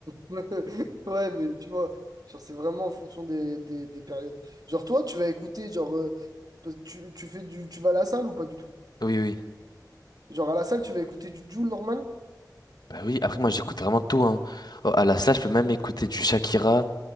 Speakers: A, on the right; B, on the left.
A: <laughs> Ouais, mais tu vois, genre, c'est vraiment en fonction des, des, des périodes. Genre, toi, tu vas écouter, genre, euh, tu, tu fais du, tu vas à la salle ou pas du tout?
B: Oui, oui.
A: Genre à la salle, tu vas écouter du Jul normal?
B: Bah oui, après, moi, j'écoute vraiment tout, hein. Oh, à la salle, je peux même écouter du Shakira.